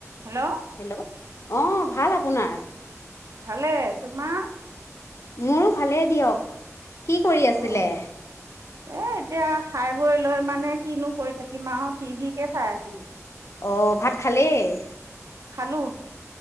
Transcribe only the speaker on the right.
Hello.
ভালে তোমাৰ?
অ' এ এতিয়া খাই বৈ লৈ মানে কিনো কৰি থাকিম আৰু টিভিকে চাই আছিলো ।
খালো ।